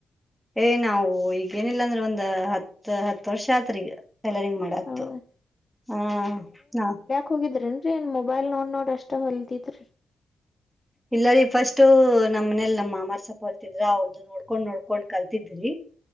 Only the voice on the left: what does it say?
ಹೌದ
ಹೋಗಿದ್ರಿನ್ರಿ ಏನ್ ಮೊಬೈಲ್ ನೋಡ್ ನೋಡ್ ಅಷ್ಟ ಹೊಲ್ದಿದ್ರಿ.